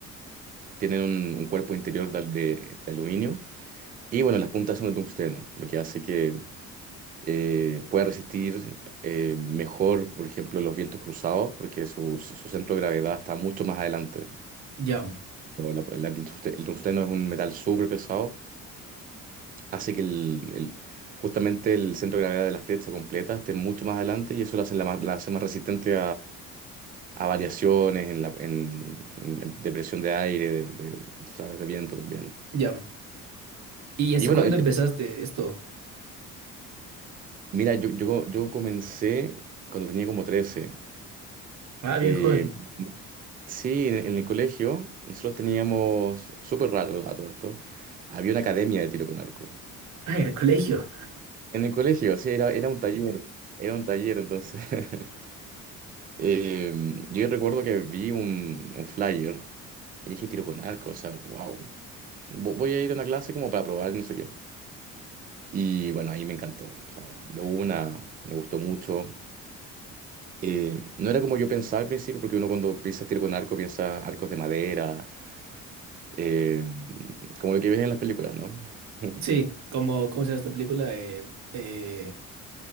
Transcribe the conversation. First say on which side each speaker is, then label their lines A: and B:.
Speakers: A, on the right; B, on the right.
A: tienen un, un cuerpo interior de, al- de- de aluminio. Y bueno, las puntas son de tungsteno, lo que hace que eh, pueda resistir eh, mejor, por ejemplo, los vientos cruzados, porque su, su- su centro de gravedad está mucho más adelante.
B: ya,
A: O la- la- el, tungste- el tungsteno es un metal súper pesado, hace que el, el- justamente el centro de gravedad de la flecha completa esté mucho más adelante y eso la hace, la más- la hace más resistente a variaciones en, la, en, en- en- de presión de aire, de, de, tú sabes, de viento también.
B: ya. ¿Y
A: Y
B: hace
A: bueno,
B: cuándo
A: el-
B: empezaste
A: el-
B: esto?
A: mira, yo, yo, yo comencé cuando tenía como trece
B: Ah, bien
A: Eh,
B: joven. <laughs>
A: sí, en, en el colegio nosotros teníamos, súper raro a todo esto, había una academia de tiro con arco.
B: Ah, En el colegio.
A: En el colegio, sí, era, era un taller, era un taller, entonces. <laughs> Eh, yo recuerdo que vi un, un flyer y dije tiro con arco, o sea, wow, voy a ir a una clase como para probar y no sé qué. Y bueno, ahí me encantó. O sea, de una, me gustó mucho. Eh, no era como yo pensaba al principio, porque uno cuando piensa tiro con arco piensa arcos de madera, eh, como lo que ves en las películas, ¿no? <laughs>
B: Sí, como, ¿cómo se llama esta película? Eh, eh,